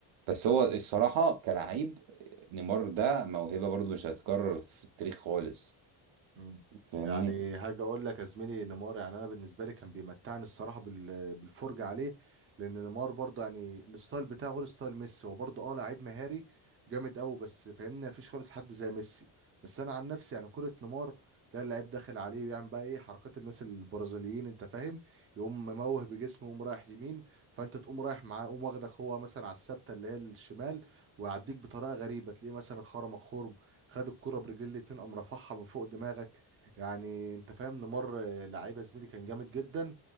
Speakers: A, on the right; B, on the right.
A: بس هو الصراحة
B: مم.
A: كلاعب نيمار ده موهبة برضو مش هتتكرر في التاريخ خالص
B: مم.
A: فاهمني
B: يعني هاجي اقول لك يا زميلي نيمار يعني انا بالنسبه لي كان بيمتعني الصراحه بال- بالفرجه عليه لان نيمار برضه يعني الستايل بتاعه غير ستايل ميسي هو برضه اه لعيب مهاري جامد قوي بس فاهمني مفيش خالص حد زي ميسي بس انا عن نفسي يعني كره نيمار تلاقي اللعيب داخل عليه بيعمل بقى ايه حركات الناس البرازيليين انت فاهم يقوم مموه بجسمه يقوم رايح يمين فانت تقوم رايح معاه يقوم واخدك هو مثلا على الثابته اللي هي الشمال ويعديك بطريقه غريبه تلاقيه مثلا خرمك خرم خد الكرة برجل الاتنين قام رفعها من فوق دماغك يعني انت فاهم نمر آه، لعيبة زميلي كان جامد جدا